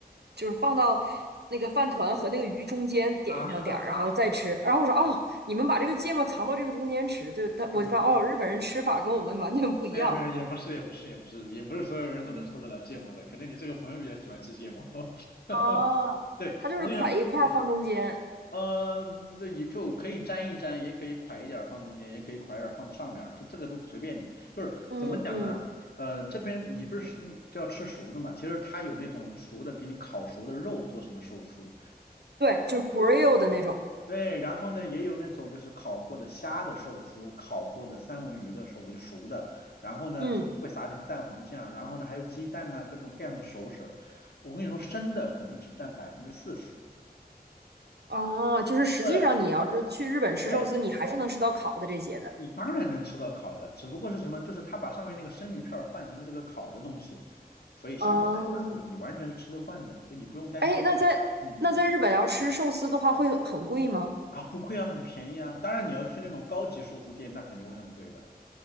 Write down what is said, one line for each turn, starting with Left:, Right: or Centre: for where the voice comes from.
Right: 就是放到那个饭团和那个鱼中间点上点儿，
Left: 啊哈，
Right: 然后再吃。然后我说哦，你们把这个芥末藏到这个中间吃，就他我就发现哦，
Left: 嗯，
Right: 日本人吃法跟我们完全不一样。
Left: 没有没有，也不是也不是也不是也不是所有人都能受得了芥末的，
Right: 嗯
Left: 可能你这个朋友比较喜欢吃芥末。<laughs> 哈哈，
Right: 哦，
Left: 对，
Right: 它就是块一块儿放中间，
Left: 我跟你也，嗯，呃，对，你就可以沾一沾，也可以㧟一点儿放中间，也可以㧟一点儿放上面儿，就这个都随便你。就是怎么讲呢？
Right: 嗯嗯
Left: 呃，这边你不是就要吃熟的嘛？其实它有那种熟的，给你烤熟的肉做成的寿司。
Right: 对，就是 grill 的那种。
Left: 对，然后呢，也有那种就是烤过的虾的寿司，烤过的三文鱼的寿司，就熟的。然后呢，
Right: 嗯，
Left: 会撒点蛋黄酱，然后呢，还有鸡蛋呐、各种各样的熟食儿我跟你说，生的可能只占百分之四十。
Right: 哦，就是实际上你要是去日本吃寿司，
Left: 对对，
Right: 你还是能吃到烤的这些的。
Left: 你当然能吃到烤的，只不过是什么，就是他把上面那个生鱼片儿换成了这个烤的东西，所以相对来讲，
Right: 哦，
Left: 就你完全是吃得惯的，所以你不用担心在这嗯嗯，
Right: 哎，那在那在日本要吃寿司的话，会很贵吗？
Left: 啊，不亏啊，很便宜啊。当然你要去那种高级寿司店，那肯定会很贵的